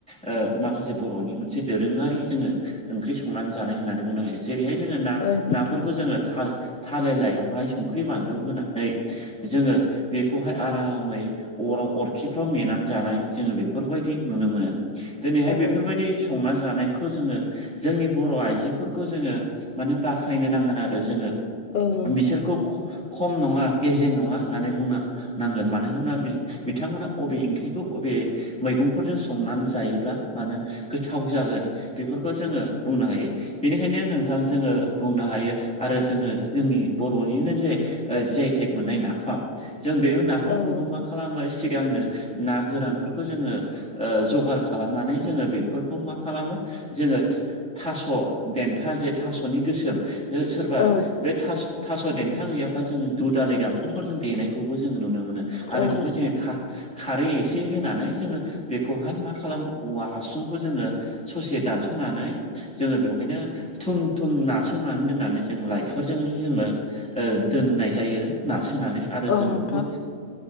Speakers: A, in the centre; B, on the left (about 60°).
A: ओ माखासे बर'नि मोनसे दोरोङारि जोङो ओंख्रि संनानै जानाय होननानै बुंनो हायो। जेरैहाय जोङो ना
B: औ नोंथां
A: नाफोरखौ जोङो थाल-थालिर लायावहाय संख्रि बानलु होनानै जोङो बेखौहाय आरामै अराव अरखिफ्राव मेनानै जानाय। जोङो बेफोरबायदि नुनो मोनो दिनैहाय
B: औ
A: बेफोरबायदि संना जानायखौ जोङो जोंनि बर' आइजोफोरखौ जोङो माने बाख्नायनो नांगोन आरो जोङो।
B: औ नोंथां
A: बिसोरखौ ख खम नङा गेजेर नङा होननानै बुंनो नांगोन मानो होनोबा बिथांमोना अबे ओंख्रिखौ बबे मैगंफोरजों संनानै जायोब्ला मानो गोथाव जागोन बेफोरखौ जोङो बुंनो हायो बेनिखायनो नोंथां जोङो बुंनो हायो। आरो जोङो जोंनि बर'निनो जे ओ जियाइटेक मोननाय नाफाम जों बे नाफामखौबो
B: औ नोंथां
A: मा खालामो सिगांनो ना गोरानफोरखौ जोङो ओ जगार खालामनानै जोङो बेफोर खौ मा खालामो जोङो थास' देन्था जे थास'नि गोसोम सोरबा
B: औ
A: बे थास-थास' देथा गैयाबा जोङो दु दालि गांखंफोर जों देनाय खौबो जोङो नुनो मोनो आरो
B: औ
A: बेवहाय
B: नोंथां
A: जोङो
B: औ नोंथां
A: खा-खारै एसे होनानै जोङो बेखौहाय मा खालामो औवा हासुंखौ जोङो ससे दानस'नानै जोङो बेवहायनो थुम थुम नारसोमनानै दोननानै जों लाइफोरजोंनो जोङो ओ दोननाय जायो नारसोनानै। आरो जों
B: औ नोंथां
A: बेखौ ओ